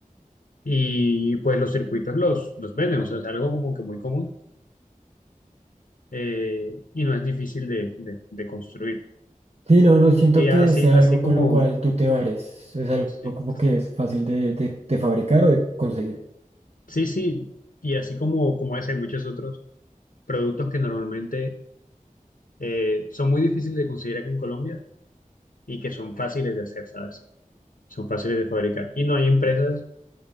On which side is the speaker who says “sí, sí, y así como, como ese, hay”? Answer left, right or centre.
Left